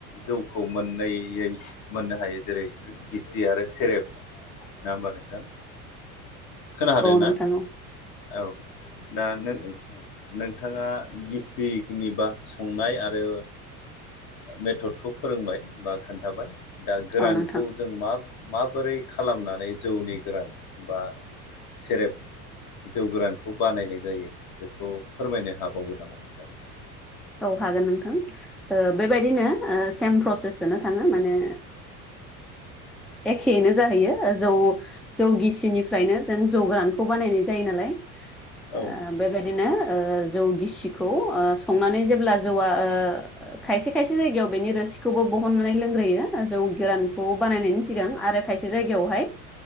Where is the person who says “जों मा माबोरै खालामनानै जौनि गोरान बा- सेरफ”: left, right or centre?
Left